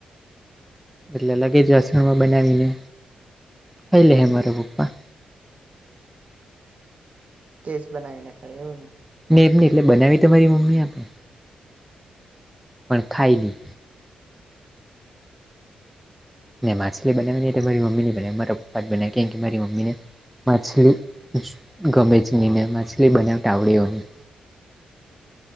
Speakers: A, in the centre; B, on the right.
A: એટલે અલગે જ વાસણમાં બનાવીને ખઈ લે હે મારા પપ્પા.
B: કેસ બનાવી ન ખાય એવું ને.
A: ને એમ ની એટલે બનાવી તો મારી મમ્મી આપે, પણ ખાઈ લી. ને માછલી બનાવી ને તો મારી મમ્મી ની બનાવી, મારા પપ્પા જ બનાવી કેમ કે, મારી મમ્મીને માછલી ગમે જ ની ને માછલી બનાવતા આવડે હો ની.